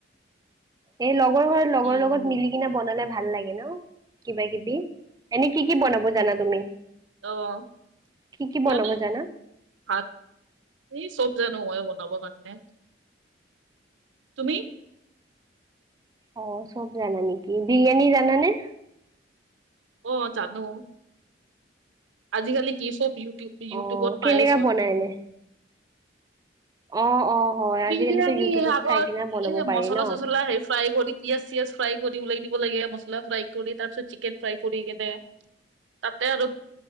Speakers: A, on the right; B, on the right.
A: এ লগৰ ঘৰত, লগৰ
B: উম,
A: লগত মিলি কিনে বনালে ভাল লাগে ন কিবা- কিবি। এনেই কি কি বনাব জানা তুমি?
B: অ,
A: কি কি বনাব
B: জানো
A: জানা?
B: ভাত, এই চব জানো, মই বনাবৰ কাৰণে। তুমি?
A: অ, চব জানা নেকি, বিৰিয়ানী জানানে?
B: অ, জানো। আজিকালি কি চব ইউটিউ- ইউটিউবত
A: অ
B: পায়েচোন।
A: কেনেকা বনাই এনে? অ- অ। হয় আজিকালিতো
B: বিৰিয়ানী
A: ইউটিউবত
B: এ আগত,
A: চাই কিনে বনাব
B: এ
A: পাৰি
B: মচলা-
A: ন।
B: চচলা হে ফ্ৰাই কৰি পিয়াঁজ-চিয়াজ ফ্ৰাই কৰি ওলাই দিব লাগে মছলা ফ্ৰাই কৰি তাৰ পিছত চিকেন ফ্ৰাই কৰি কিনে তাতে আৰু